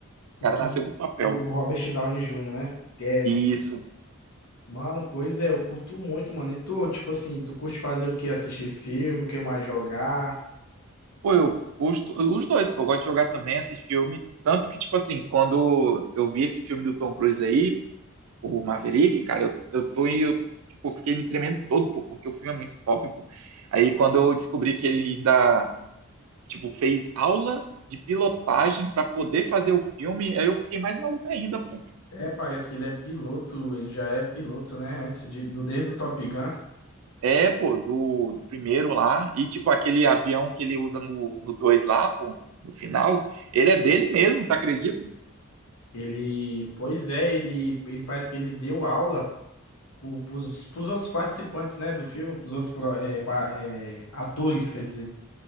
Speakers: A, on the left; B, on the right.
A: o,
B: cara
A: Tom-
B: nasceu pro papel.
A: o o Robert Downey Jr., né? É, mano.
B: E isso.
A: Mano, pois é, eu curto muito, mano. E tu, tipo assim, tu curte fazer o quê? Assistir filme, o que mais jogar?
B: Pô, eu gosto, os dois, pô, eu gosto de jogar também esses filmes, tanto que, tipo assim, quando eu vi esse filme do Tom Cruise aí, o Maverick, cara, eu, eu tô e eu, tipo, fiquei me tremendo todo, pô, porque o filme é muito top, pô. Aí quando eu descobri que ele ainda, tipo, fez aula de pilotagem pra poder fazer o filme, aí eu fiquei mais maluco ainda, pô.
A: É, parece que ele é piloto, ele já é piloto, né? Antes de, do, desde o Top Gun.
B: É, pô, do, do primeiro lá, e tipo, aquele avião que ele usa no, no dois lá, pô, no final, ele é dele mesmo, tá acredita?
A: Ele, pois é, ele, ele parece que ele deu aula pro, pros, pros outros participantes, né, do filme, pros outros pro- é, pa- é, atores, quer dizer.